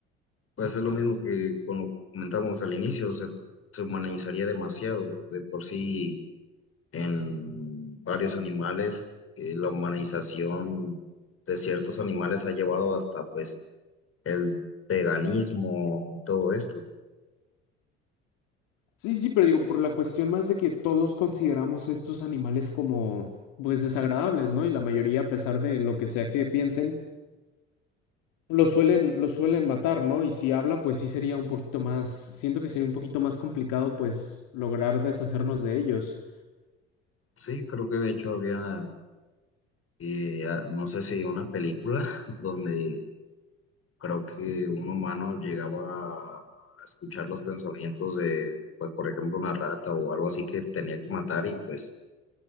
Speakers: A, on the left; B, on the left.
A: Pues es lo mismo que con lo que comentábamos al inicio, se, se humanizaría demasiado. De por sí, en varios animales, eh, la humanización de ciertos animales ha llevado hasta pues el veganismo y todo esto.
B: Sí, sí, pero digo, por la cuestión más de que todos consideramos estos animales como, pues, desagradables, ¿no? Y la mayoría, a pesar de lo que sea que piensen, lo suelen, lo suelen matar, ¿no? Y si habla, pues sí sería un poquito más, siento que sería un poquito más complicado, pues, lograr deshacernos de ellos.
A: Sí, creo que de hecho había, eh, a- no sé si una película <laughs> donde creo que un humano llegaba a escuchar los pensamientos de, pues por ejemplo, una rata o algo así que tenía que matar y pues